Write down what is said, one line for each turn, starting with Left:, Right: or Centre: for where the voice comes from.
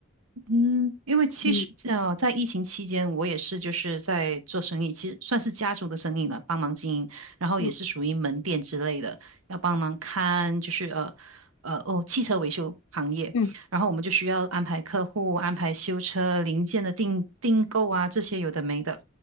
Right: 嗯，因为其实呃，
Left: 嗯
Right: 在疫情期间，我也是就是在做生意，其实算是家族的生意了，帮忙经营，然后也是属于门店之类的，
Left: 嗯
Right: 要帮忙看就是呃呃哦汽车维修行业，
Left: 嗯
Right: 然后我们就需要安排客户、安排修车零件的订订购啊，这些有的没的。